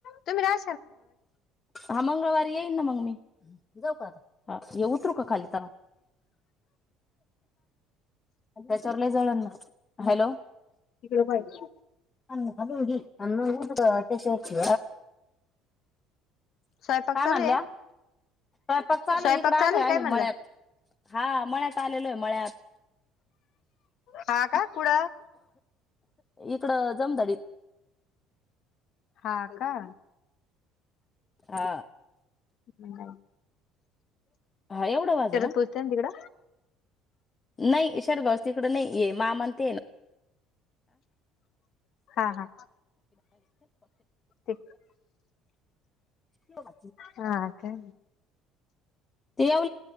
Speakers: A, on the left (about 55°); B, on the left (about 25°).
A: तुम्ही रा
B: हा मंगळवारी येईन ना मग मी जाऊ का ह ये उतरू का खाली त्याला त्याच्यावर जळण हॅलो
A: तिकडे पाहि
B: अी अठशची
A: स्वयंपाक
B: काय
A: चालू
B: म्हनल्या
A: आहे
B: पक् आलू
A: स्वयंपाक
B: इकड आलोय
A: चालू आहे
B: आम्ही
A: काय
B: मळ्यात
A: म्हणलं
B: हा मळ्यात आलेलोय मळ्यात
A: हा का कुड
B: इकडं जमदडीत
A: हा का हा
B: हा
A: ह
B: हा एवढं बाजू ना
A: पोचते तिकडं
B: नाही इशार भाऊस तिकडें नाही ये मा म्हणते येन
A: हा हा ते
B: हा
A: हा काय
B: ते येव